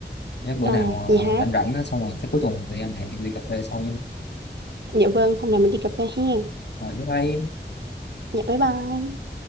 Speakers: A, on the left; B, on the right.
A: Nếu bữa
B: à,
A: nào ờ,
B: gì hả
A: rảnh rảnh á, xong rồi chắc cuối tuần thì anh hẹn em đi cà phê sau nha.
B: dạ vâng hôm nào mình đi cà phê hen
A: Rồi bye bye.
B: dạ bye bye